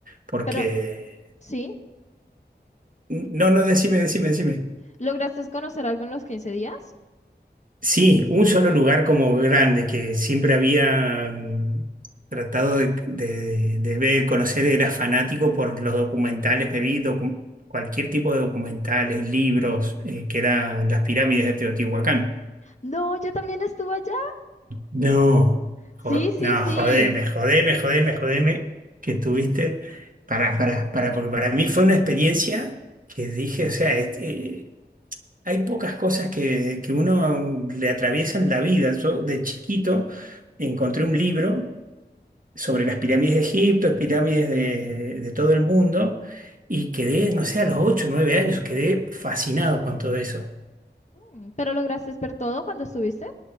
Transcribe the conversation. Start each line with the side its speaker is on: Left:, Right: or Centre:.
Right: Porque,
Left: pero sí,
Right: no, no, decime, decime, decime.
Left: ¿lograste conocer algo en los 15 días?
Right: Sí, un solo lugar como grande que siempre había mm, tratado de, de- de ver, conocer, era fanático por los documentales, me vi docu- cualquier tipo de documentales, libros, eh, que eran las pirámides de Teotihuacán.
Left: No, yo también estuve allá.
Right: No,
Left: Sí,
Right: jo-
Left: sí,
Right: no,
Left: sí.
Right: jodeme, jodeme, jodeme, jodeme, que estuviste. Para, para, para, porque para mí fue una experiencia que dije, o sea, este, hay pocas cosas que, que uno le atraviesan la vida. Yo de chiquito encontré un libro sobre las pirámides de Egipto, las pirámides de, de todo el mundo, y quedé, no sé, a los 8, o 9 años, quedé fascinado con todo eso.
Left: Mm, ¿Pero lograste ver todo cuando estuviste?